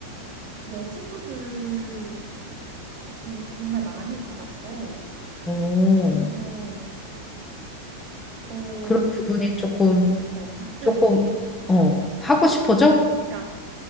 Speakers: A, on the right; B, on the left.
A: 내 친구들 이 정말 많이 받았어.
B: 오.
A: 그래서 어,
B: 그런 부분이 조금
A: 어, 가끔
B: 조금 어 하고 싶어져?
A: 그러니까